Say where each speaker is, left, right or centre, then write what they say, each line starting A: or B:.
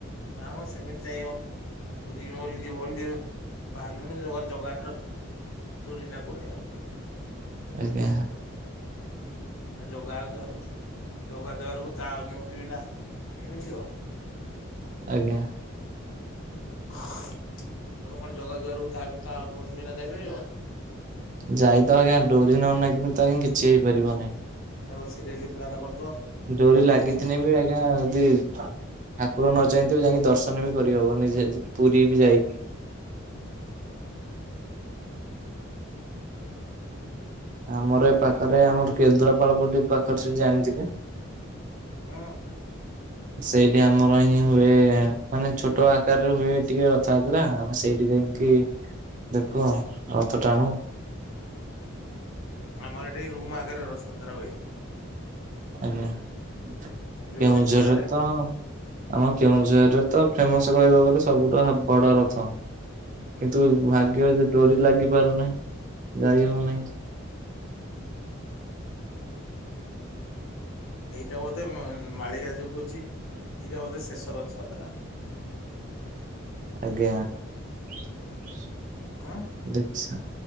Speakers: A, on the left; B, on the right.
A: ନା ମ ସେମିତି ଯାଇ ହବନି ପୁରୀ <inaudible> ବାହାରିଲୁଣି ଜଗାର ତ ଡୋରି ଲାଗୁନି ଆଉ।
B: ଆଜ୍ଞା।
A: ଆ ଜଗା ଦ୍ୟରୁ ଜଗା ଦ୍ୟାରକୁ ତା ଅନୁମତି ବିା କେମିତି ଯିବ।
B: ଆଜ୍ଞା।
A: ହିଁ। <unintelligible> ତମେ କଣ ଜଗା ଦୁଆାରକୁ ତା ତା ଅନୁମତି ବିନା ଯାଇପାରିବ?
B: ଯାଇ ତ ଆଜ୍ଞା ଡୋରି ନାଗି କିି ତ ଆଜ୍ଞା କିଛି ହେଇପାରିବ ନାହିଁ।
A: ଘରେ ବସି ଡେଲି ପ୍ଲାନ୍ କରୁଥିବ।
B: ଡୋରି
A: ଦଶ
B: ଲାଗିିଥିନେ
A: ଥର
B: ବି ଆଜ୍ଞା ଦି ଠାକୁର ନ ଚାହିଁଥିବେ ଯାଇକି ଦର୍ଶନ ବି କରିହବନି ପୁରୀ ବି ଯାଇକି। ଆମର ଏ ପାଖରେ ଆମର୍ କେନ୍ଦ୍ରାପାଳ ବୋଲି ପାଖରେ ସ୍ ଜାଣିଥିବେ?
A: ହଁ।
B: ସେଇଠି ଆମର ହିଁ ହୁଏ ମାନେ ଛୋଟ ଆକାରରେ ହୁଏ। ଟିକେ ରଥଯାତ୍ରା ଆମେ ସେଇଠି ଯାଇକି ଦେଖୁ ଆଉ ରଥ ଟାଣୁ।
A: ଆମର ଏଠି ରୁମ୍ ଆଗରେ ରଥଯାତ୍ରା ହୁଏ।
B: ଆଜ୍ଞା କେଉଁଝର୍
A: ଆମେ ଯୋଉ ରହିଛୁ ଭଡାରେ
B: ରେ ତ। ଆମ କେଉଁଝରରେ ତ ଫେମଶ୍ କହିବା କୁ ଗଲେ ସବୁଠୁ ହା ବଡ ରଥ। କିନ୍ତୁ ଭାଗ୍ୟ ଯେ ଡୋରି ଲାଗି ପାରୁନାହିଁ ଯାଇ ହଉନାହିଁ।
A: ଏଇଟା ବୋଧେ ମାଳିକା ଯୋଉଁ କୋହୁଛି ଏଇଟା ବୋଧେ ଶେଷ ରଥଯାତ୍ରା।
B: ଆଜ୍ଞା ସ୍- ସ୍।
A: ହଁ
B: ଦେଛା